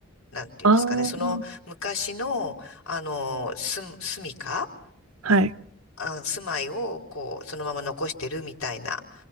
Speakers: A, on the left (about 85°); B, on the right (about 85°).
A: なんていうんですかね。
B: ああ。
A: その昔の、あの、住住みか、
B: はい。
A: あ、住まいを、こう、そのまま残してるみたいな。